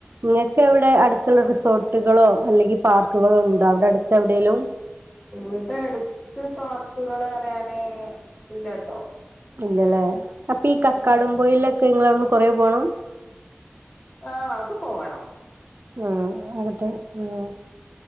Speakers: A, on the right; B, on the left.
A: ഇങ്ങക്കവടെ അട്ത്ത്ള്ള റിസോർട്ട്കളോ അല്ലെങ്കി പാർക്ക്കള്ണ്ടോ അവടെ അട്ത്തെവിടെലും
B: ഇവട ട്ത്ത് പാർക്ക്കളറ്യാന് ഇല്ലട്ടോ
A: ഇല്ലല്ലേ അപ്പൊ ഈ കക്കാടും
B: ഉം
A: പോയേലോക്കെ ഇങ്ങളട്ന്ന് കൊറേ പോണം.
B: ആഹ് അത് പോവണം.
A: ആഹ് അത് ഉം